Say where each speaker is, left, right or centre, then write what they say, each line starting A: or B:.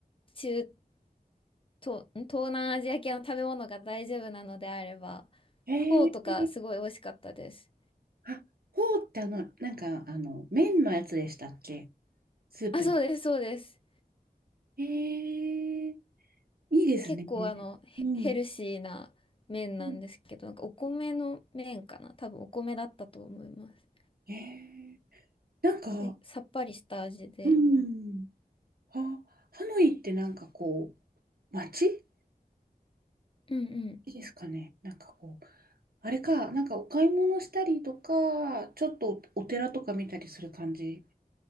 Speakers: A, on the left (about 35°); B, on the right (about 70°).
A: 中東、ん東南アジア系の食べ物が大丈夫なのであれば、
B: ええ
A: フォーとかすごい美味しかったです。
B: あ、フォーってあの、なんか、あの、麺のやつでしたっけスープの。
A: あ、そうです、そうです。
B: ええいいですね。
A: 結構あのヘヘルシーな麺なんですけど、
B: うん。うん
A: なんかお米の麺かな多分お米だったと思います。
B: ええなんか、
A: え、さっぱりした味で。
B: うん。あ、ハノイってなんかこう、街
A: うんうん。
B: いいですかね。なんかこう、あれか、なんかお買い物したりとか、ちょっとお寺とか見たりする感じ。